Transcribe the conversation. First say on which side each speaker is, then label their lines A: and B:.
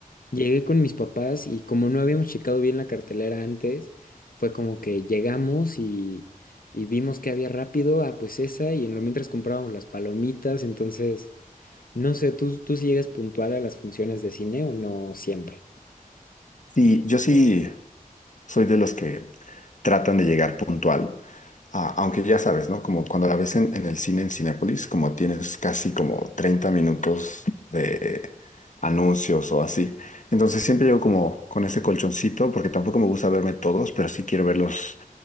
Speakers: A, on the left (about 80°); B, on the left (about 60°).
A: Llegué con mis papás y como no habíamos checado bien la cartelera antes, fue como que llegamos y, y vimos que había rápido, ah, pues esa, y en lo mientras comprábamos las palomitas. Entonces, no sé, ¿tú, tú si llegas puntual a las funciones de cine o no siempre?
B: Sí, yo sí soy de los que tratan de llegar puntual, Ah, aunque ya sabes, ¿no? Como cuando la ves en, en el cine, en Cinépolis, como tienes casi como 30 minutos de anuncios o así. Entonces siempre llego como con ese colchoncito, porque tampoco me gusta verme todos, pero sí quiero verlos